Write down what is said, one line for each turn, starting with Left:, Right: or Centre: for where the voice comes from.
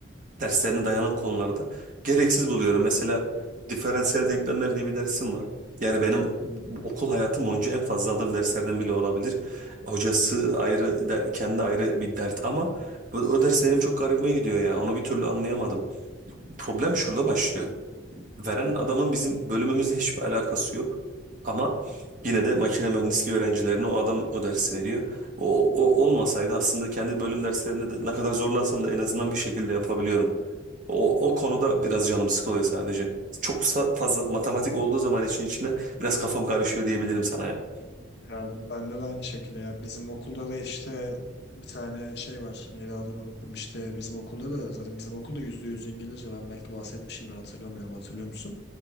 Right: derslerine dayanan konularda gereksiz buluyorum. Mesela diferansiyel denklemler diye bir dersim var. Yani benim okul hayatım boyunca en fazla aldığım derslerden bile olabilir. Hocası ayrı, de- kendi ayrı bir dert ama bu- o ders benim çok garibime gidiyor ya. Onu bir türlü anlayamadım problem şurada başlıyor. Veren adamın bizim bölümümüzle hiçbir alakası yok. Ama yine de makine mühendisliği öğrencilerine o adam o dersi veriyor. O, o olmasaydı aslında kendi bölüm derslerimde de ne kadar zorlansam da en azından bir şekilde yapabiliyorum. O, o konuda biraz canım sıkılıyor sadece. Çok sa- fazla matematik olduğu zaman için içine biraz kafam karışıyor diyebilirim sana ya.
Left: Ya bende de aynı şekilde ya. Bizim okulda da işte bir tane şey var. Neydi adını unuttum işte. Bizim okulda da zaten bizim okulda yüzde yüz İngilizce. Ben belki bahsetmişimdir hatırlamıyorum. Hatırlıyor musun?